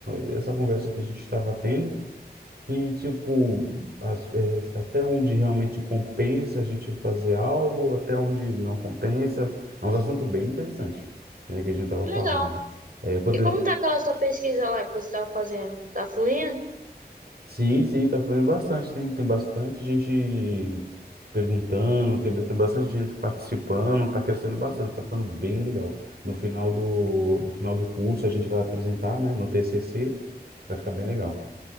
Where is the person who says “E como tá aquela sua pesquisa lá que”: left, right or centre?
Right